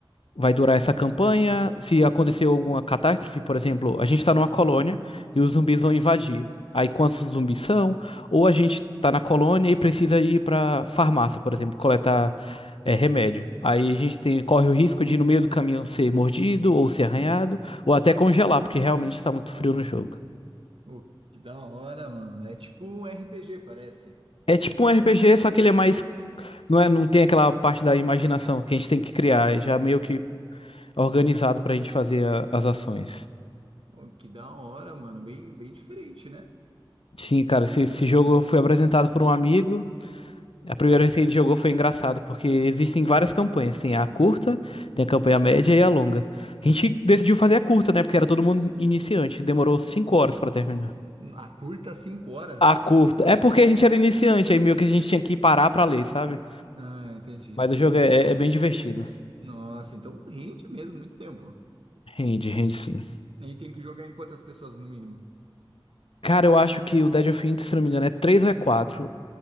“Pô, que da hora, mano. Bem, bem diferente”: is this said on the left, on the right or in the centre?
Right